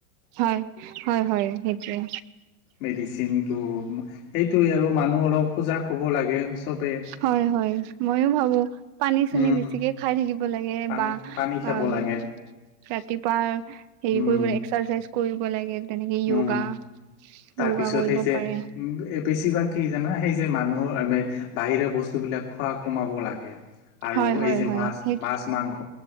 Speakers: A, on the right (about 30°); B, on the left (about 65°).
A: হয় হয় হয় সেইটোৱে।
B: মেডিচিন টো সেইটোৱে আৰু মানুহ অলপ সজাগ হ'ব লাগে চবে।
A: হয় হয় ময়ো ভাবো পানী চানি
B: উম
A: বেছিকে খাই থাকিব লাগে
B: পানী
A: বা
B: পানী খাব
A: অম
B: লাগে
A: ৰাতিপুৱা হেৰি
B: উম
A: কৰিব লাগে এক্সাৰচাইজ কৰিব লাগে। তেনেকে য়োগা,
B: উম তাৰপিছত
A: য়োগা কৰিব
B: সেই যে
A: পাৰে।
B: বেছিভাগ কি জানা সেই যে মানুহৰ মানে বাহিৰা বস্তু বিলাক খোৱা কমাব লাগে। আৰু
A: হয় হয়
B: এই যে
A: হয়
B: মাছ
A: সেই
B: মাছ মাংস